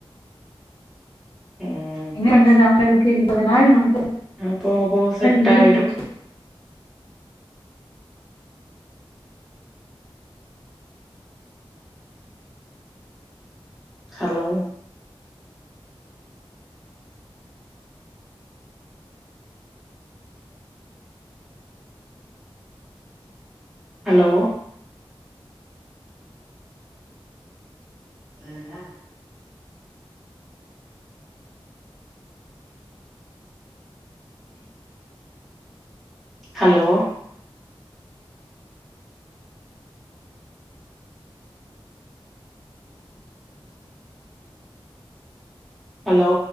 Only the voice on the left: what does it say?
என்ன பண்றது அவுங்களுக்கு முப்பது நாள் நாப்பது நாள்
லீவ்
விட்டு